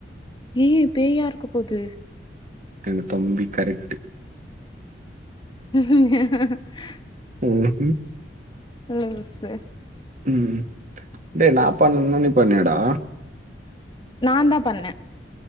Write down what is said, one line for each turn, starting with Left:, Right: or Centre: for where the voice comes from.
Left: ஏய் பேயா இருக்க போது
Right: எங்க தம்பி கரெக்ட்
Left: <inaudible>
Right: ம் ம்
Left: லூசு
Right: ம் டேய் நா பண்ணனுன்னு நீ பண்ணயாடா
Left: நாந்தா பண்ணே